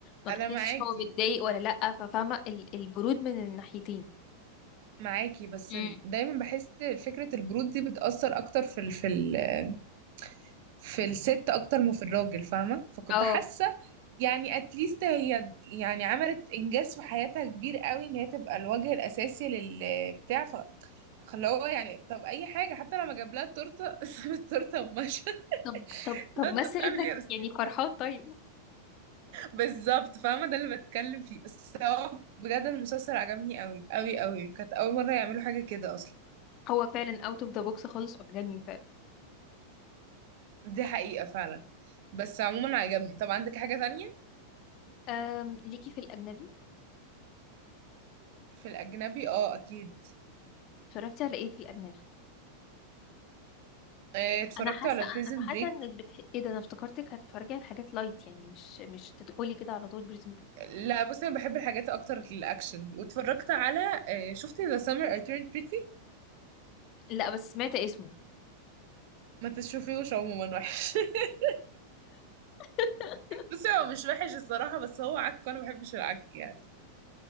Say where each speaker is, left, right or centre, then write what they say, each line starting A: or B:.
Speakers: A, on the left; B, on the right.
A: ما
B: أنا
A: بتحسش
B: معاكي
A: هو متضايق ولا لأ ففاهمة ال- البرود من الناحيتين
B: معاكي بس
A: امم
B: ال- دايما بحس فكرة البرود دي بتأثر أكتر في ال... في ال... في الست أكتر ما في الراجل فاهمة فكنت
A: اه
B: حاسة يعني اتليست هي يعني عملت انجاز في حياتها كبير قوي ان هي تبقى الوجه الاساسي للبتاع خلاه هو يعني طب اي حاجه حتى لما جاب لها التورته <laughs> ساب التورته ومشى <laughs>
A: طب طب طب
B: لا انت
A: مثل
B: بتعمل
A: انك
B: ايه يا استاذ
A: يعني فرحان طيب
B: بالظبط فاهمه ده اللي بتكلم فيه بس هو بجد المسلسل عجبني قوي قوي قوي كانت اول مره يعملوا حاجه كده اصلا
A: هو فعلا اوت اوف ذا بوكس خالص وعجبني فعلا
B: دي حقيقه فعلا بس عموما عجبني طب عندك حاجه تانية
A: أم ليكي في الأجنبي
B: في الاجنبي اه اكيد
A: اتفرجتي على ايه في الأجنبي
B: آه، اتفرجت
A: انا حاسه
B: على بريزن
A: انا حاسه
B: بريك
A: انك بتح... ايه ده انا افتكرتك هتتفرجي على حاجات لايت يعني مش مش تدخلي كده على طول بريزون بريك
B: لا بصي انا بحب الحاجات اكتر الاكشن واتفرجت على آه، شفتي ذا سummer I turned pretty
A: لا بس سمعت اسمه
B: ما تشوفيهوش عموما وحش <laughs>
A: <laughs>
B: بصي هو مش وحش الصراحة بس هو عك وانا ما بحبش العك يعني